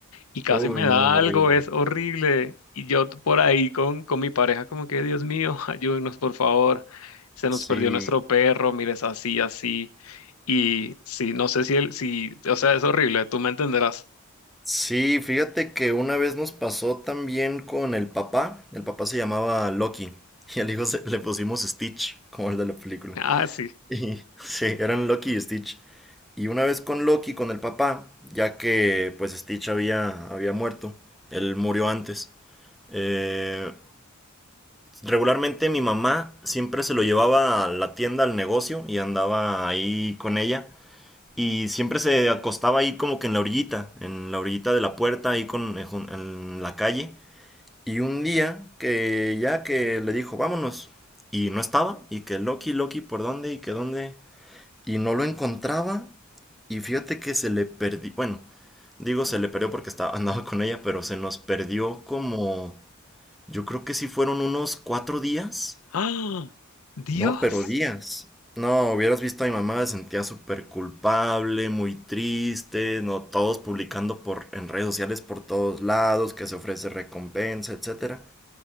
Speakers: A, on the left; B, in the centre.
A: y casi
B: Uy,
A: me
B: no,
A: da
B: horrible.
A: algo, es horrible. Y yo t- por ahí con, con mi pareja como que, Dios mío, <laughs> ayúdenos por favor, se nos
B: Sí.
A: perdió nuestro perro, mires así, así. Y sí, no sé si él, si, o sea, es horrible, tú me entenderás.
B: Sí, fíjate que una vez nos pasó también con el papá. El papá se llamaba Loki y al hijo se- le pusimos Stitch, como el de la película.
A: Ah,
B: <laughs>
A: sí.
B: Y sí, eran Loki y Stitch. Y una vez con Loki, con el papá, ya que pues Stitch había, había muerto, él murió antes. Eh, regularmente mi mamá siempre se lo llevaba a la tienda, al negocio, y andaba ahí con ella. Y siempre se acostaba ahí como que en la orillita, en la orillita de la puerta, ahí con, en la calle. Y un día que ya que le dijo, vámonos, y no estaba, y que Loki, Loki, ¿por dónde? Y que dónde. Y no lo encontraba, y fíjate que se le perdió, bueno, Digo, se le perdió porque estaba, <laughs> andaba con ella, pero se nos perdió como... Yo creo que sí fueron unos cuatro días.
A: ¡Ah! Dios.
B: No, pero días. No, hubieras visto a mi mamá, se sentía súper culpable, muy triste, no, todos publicando por, en redes sociales por todos lados, que se ofrece recompensa, etcétera.